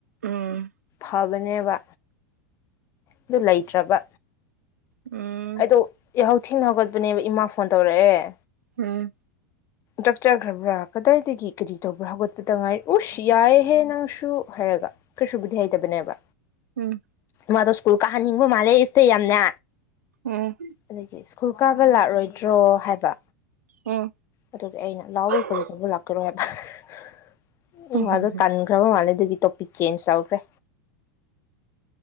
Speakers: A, on the right (about 75°); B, on the left (about 35°).
A: ꯑꯝ
B: ꯐꯕꯅꯦꯕ ꯑꯗꯨ ꯂꯩꯇ꯭ꯔꯕ
A: ꯎꯝ
B: ꯑꯗꯣ ꯌꯥꯎ ꯊꯤꯟ ꯍꯧꯒꯠꯄꯅꯦꯕ ꯏꯃꯥ ꯐꯣꯟ ꯇꯧꯔꯛꯑꯦ
A: ꯎꯝ
B: ꯆꯥꯛꯆꯈ꯭ꯔꯕ꯭ꯔꯥ ꯀꯗꯥꯏꯗꯒꯤ ꯀꯔꯤ ꯇꯧꯕ꯭ꯔꯥ ꯍꯧꯒꯠꯄꯗ ꯉꯥꯏ ꯎꯁ ꯌꯥꯏꯍꯦ ꯅꯪꯁꯨ ꯍꯥꯏꯔꯒ ꯀꯩꯁꯨꯕꯨꯗꯤ ꯍꯩꯇꯕꯅꯦꯕ
A: ꯎꯝ
B: ꯃꯥꯗꯣ ꯁ꯭ꯀꯨꯜ ꯀꯥꯍꯟꯅꯤꯡꯕ ꯃꯥꯜꯂꯦ ꯏꯁꯦ ꯌꯥꯝꯅ
A: ꯎꯝ
B: ꯑꯗꯒꯤ ꯁ꯭ꯀꯨꯜ ꯀꯥꯕ ꯂꯥꯛꯔꯣꯏꯗ꯭ꯔꯣ ꯍꯥꯏꯕ
A: ꯎꯝ
B: ꯑꯗꯨꯒ ꯑꯩꯅ ꯂꯥꯎꯔꯣꯏ
A: ꯍꯝ
B: ꯀꯔꯤ ꯇꯧꯕ ꯂꯥꯛꯀꯦꯔ <unintelligible> ꯎꯝ
A: ꯍꯝ
B: ꯑꯗꯣ
A: ꯍꯝ
B: ꯇꯟꯈ꯭ꯔꯕ ꯃꯂꯦꯗꯤ ꯑꯗꯨꯒꯤ ꯇꯣꯄꯤꯛ ꯆꯦꯟꯖ ꯇꯧꯈ꯭ꯔꯦ